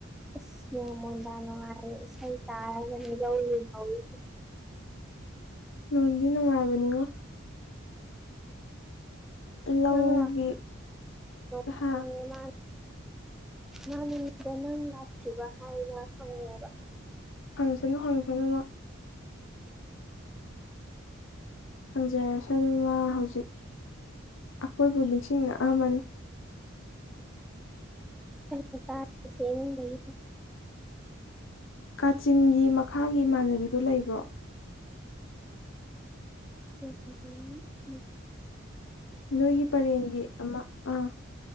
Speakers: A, in the centre; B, on the left.
A: ꯏꯁ ꯅꯣꯡꯃꯣꯟꯗ ꯅꯨꯡꯉꯥꯏꯔꯦ ꯏꯁꯩ ꯇꯥꯔꯒꯅꯦ ꯂꯧ ꯂꯤꯡꯍꯧꯔꯤꯁꯦ
B: ꯅꯨꯡꯗꯤ ꯅꯨꯡꯉꯥꯏꯕꯅꯤꯉꯣ ꯂꯧꯒꯤ
A: ꯅꯪ ꯂꯚꯇꯔꯤ ꯅꯣ
B: ꯍꯥ
A: ꯍꯪꯉꯛꯏ ꯃꯥꯅ ꯅꯪꯗ ꯅꯪ ꯂꯥꯛꯇ꯭ꯔꯤꯕ ꯍꯥꯏꯅ ꯍꯪꯉꯦꯕ
B: ꯍꯪꯁꯅꯨ ꯍꯪꯁꯅꯨ ꯃꯣꯏ ꯍꯪꯖꯔꯁꯅꯨ ꯃꯥ ꯍꯧꯖꯤꯛ ꯑꯩꯈꯣꯏꯕꯨ ꯅꯤꯡꯁꯤꯡꯅꯛꯑꯃꯅꯤ
A: ꯑꯩꯅ ꯇꯥꯔꯤꯕꯁꯤ ꯏꯃꯨꯡꯗꯒꯤꯅꯤ
B: ꯀꯥꯆꯤꯟꯒꯤ ꯃꯈꯥꯒꯤ ꯏꯃꯥꯟꯅꯕꯤꯗꯨ ꯂꯩꯕ꯭ꯔꯣ
A: <inaudible> ꯁꯤꯟꯒꯤ ꯃ <inaudible>
B: ꯅꯣꯏꯒꯤ ꯄꯔꯦꯡꯒꯤ ꯑꯃ ꯑꯥ